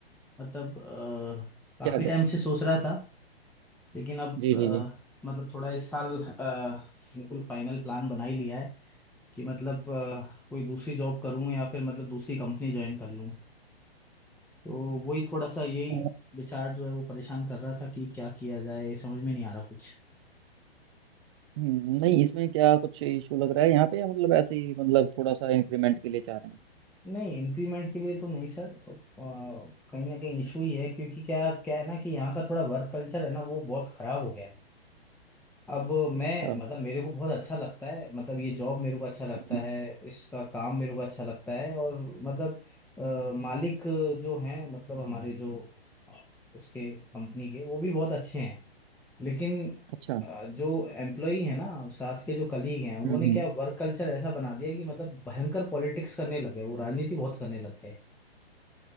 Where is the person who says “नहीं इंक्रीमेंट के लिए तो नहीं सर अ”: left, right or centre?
Centre